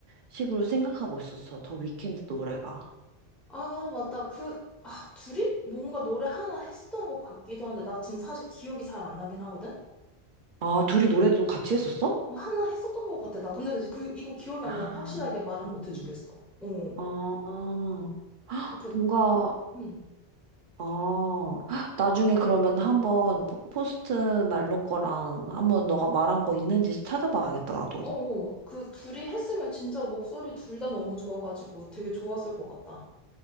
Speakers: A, on the right (about 55°); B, in the centre.
A: 식으로 생각하고 있었어. 더 위켄드 노래가.
B: 아, 맞다. 그, 아, 둘이 뭔가 노래 하나 했었던 것 같기도 한데, 나 지금 사실 기억이 잘 안 나긴 하거든?
A: 아, 둘이 노래도 같이 했었어?
B: 어, 하나 했었던 것 같아. 나 근데 그, 이거 기억이
A: 아,
B: 안 나서 확실하게 말은
A: 음.
B: 못 해주겠어. 어,
A: 아,
B: 그,
A: 뭔가,
B: 음.
A: 아, 헉, 나중에 그러면 한번 포- 포스트 말론 거랑 한번 너가 말한 거 있는지 찾아봐야겠다, 나도.
B: 어, 어, 그 둘이 했으면 진짜 목소리 둘 다 너무 좋아가지고 되게 좋았을 것 같다.